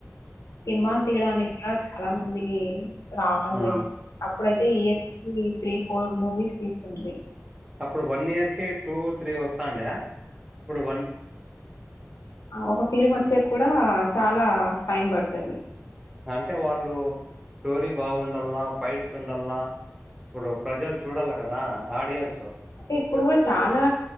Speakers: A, on the left; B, on the right.
A: సినిమాలు తీయడానికి కూడా చాలా మందికి రావటం
B: హ్మ్.
A: లేదు అప్పుడైతే ఈయర్స్ కి త్రీ ఫోర్ మూవీస్ తీసుండ్రి
B: అప్పుడు వన్ ఇయర్ కి టూ త్రీ వస్తాండి ఇప్పుడు
A: ఆ ఒక ఫీలింగ్ వచ్చే కూడా చాలా టైమ్ పడుతుది
B: అంటే వాళ్ళు స్టోరీ బాగుండల్లా ఫైట్స్ ఉండల్లా ఇప్పుడు ప్రజలు చూడాల కదా ఆడియన్స్
A: అంటే ఇప్పుడు కూడా చానా